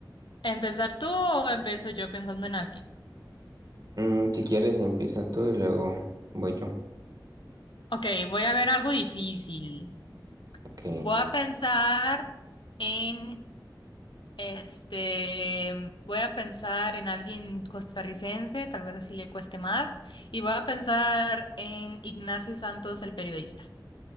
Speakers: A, on the left (about 80°); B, on the right (about 50°).
A: empezar tú o empiezo yo pensando en alguien?
B: Mm, si quieres, empieza tú y luego voy yo.
A: Ok, voy a ver algo difícil.
B: Ok,
A: Voy a pensar en... Este, voy a pensar en alguien costarricense, tal vez así le cueste más, y voy a pensar en Ignacio Santos, el periodista.